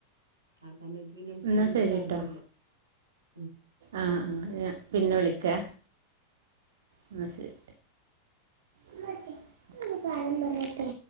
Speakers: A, on the right; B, on the right.
A: ആ സമയത്ത് പിന്നെ നമുക്ക്
B: ഇന്നാ
A: കിട്ടിട്ട്
B: ശരിട്ടോ
A: കാര്യുല്ല ഉം
B: ആഹ് ആഹ് ഞാ പിന്നെ വിളിക്കേ ന്ന ശരി ഉമ്മച്ചി ഒരു കാര്യം പറയട്ടെ